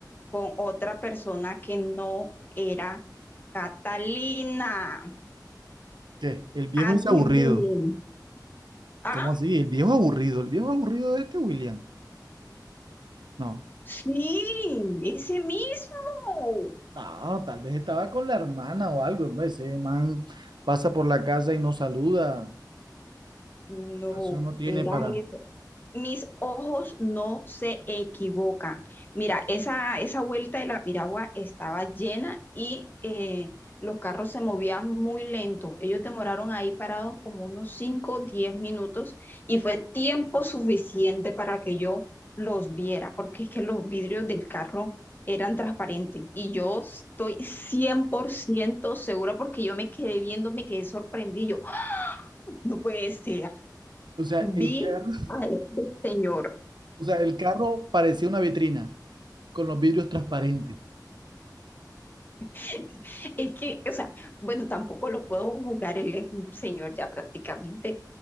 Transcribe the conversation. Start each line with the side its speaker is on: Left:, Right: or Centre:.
Left: con otra persona que no era Catalina.
Right: ¿Qué? El viejo
Left: Adivina.
Right: es aburrido.
Left: Ah,
Right: ¿Cómo así? El viejo aburrido. El viejo aburrido de este William. No.
Left: sí, ese mismo.
Right: No, tal vez estaba con la hermana o algo. hombre, Ese man pasa por la casa y no saluda.
Left: No,
Right: Eso no tiene
Left: era
Right: para.
Left: eso. Mis ojos no se equivocan. Mira, esa, esa vuelta de la piragua estaba llena y eh, los carros se movían muy lento. Ellos demoraron ahí parados como unos 5, o 10 minutos y fue tiempo suficiente para que yo los viera, porque es que los vidrios del carro eran transparentes y yo estoy 100% segura porque yo me quedé viendo, me quedé sorprendido. ¡Ah! No puede ser.
Right: O sea, el
Left: Vi
Right: carro,
Left: a este señor.
Right: o sea, el carro parecía una vitrina con los vidrios transparentes.
Left: <laughs> Es que, o sea, bueno, tampoco lo puedo jugar, él es un señor ya prácticamente,